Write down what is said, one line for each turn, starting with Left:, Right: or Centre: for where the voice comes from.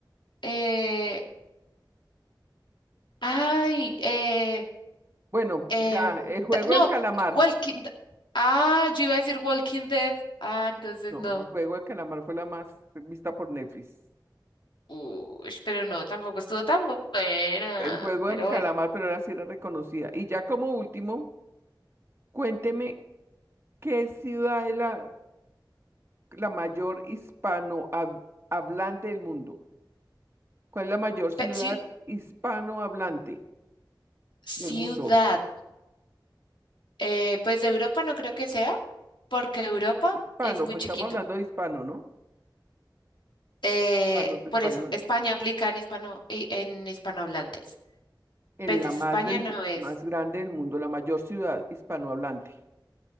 Left: Eh, ay, eh,
Right: Bueno,
Left: em,
Right: ya, el
Left: da-
Right: juego
Left: no,
Right: del calamar.
Left: Walking. da- Ah, yo iba a decir Walking Dead. Ah, entonces
Right: No,
Left: no.
Right: el juego del calamar fue la más vista por Netflix.
Left: Uy, pero no, tampoco estuvo tan bu- buena.
Right: El juego
Left: Pero
Right: del calamar,
Left: bueno.
Right: pero ahora sí era reconocida. Y ya como último, cuénteme qué ciudad es la, la mayor hispanohablante del mundo. ¿Cuál es la mayor ciudad
Left: Pe- ci-
Right: hispanohablante
Left: ciudad.
Right: del mundo?
Left: Eh, pues de Europa no creo que sea, porque Europa
Right: Hispano,
Left: es muy
Right: pues
Left: chiquito.
Right: estamos hablando de hispano, ¿no?
Left: Eh,
Right: Hispano es español.
Left: por eso, España aplica en hispano, y- en hispanohablantes.
Right: En
Left: Pero entonces
Right: la más,
Left: España
Right: del-
Left: no es.
Right: más grande del mundo, la mayor ciudad hispanohablante.